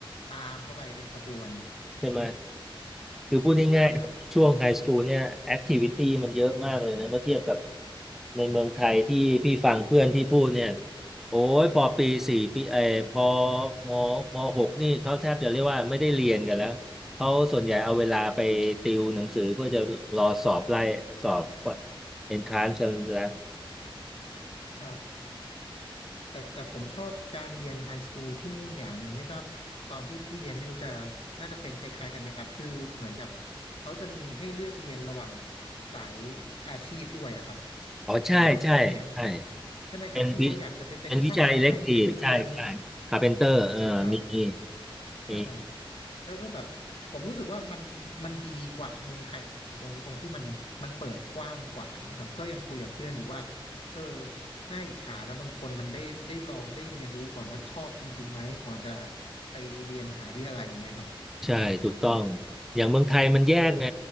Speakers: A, on the left (about 80°); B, in the centre.
A: ตามเข้าไปเป็นขบวน
B: ใช่ไหมคือพูดง่ายๆช่วงไฮสคูลเนี่ยแอคทิวิตี้มันเยอะมากเลยนะเมื่อเทียบกับ
A: ใช่ครับ
B: ในเมืองไทยที่พี่ฟังเพื่อนที่พูดเนี่ยโอ้ยพอปีสี่ปีเออพอมมหกนี่เขาแทบจะเรียกว่าไม่ได้เรียนกันแล้วเขาส่วนใหญ่เอาเวลาไปติวหนังสือเพื่อจะรอสอบไล่สอบเอนทรานซ์กันแล้ว
A: ครับ แต่แต่ผมชอบการเรียนไฮสคูลที่นู่นอย่างหนึ่งไม่ทราบตอนที่พี่เรียนไม่รู้จะน่าจะเป็นคล้ายๆกันไหมครับคือเหมือนกับเขาจะมีให้เลือกเรียนระหว่างสายอาชีพด้วยอะครับ
B: อ๋อใช่ใช่ใช่
A: อย่างบางคนเนี่ยใช่ไหมครับที่เขาอยากจะไปเป็นช่างไม้เป็นอะไรเงี้ย
B: เป็นวิเป็นวิจัยเล็กทีฟใช่ใช่คาเพนเตอร์เออมี
A: ครับ
B: มี
A: ใช่แล้วก็แบบผมรู้สึกว่ามันมันดีกว่าเมืองไทยตรงนี้ตรงที่มันมันเปิดกว้างกว่าอย่างเงี้ยครับก็ยังคุยกับเพื่อนอยู่ว่าเออน่าอิจฉานะบางคนมันได้ได้ลองได้เรียนรู้ก่อนว่าชอบจริงๆไหมก่อนจะไปเรียนมหาวิทยาลัยอย่างเงี้ยครับ
B: ใช่ถูกต้องอย่างเมืองไทยมันแยกไง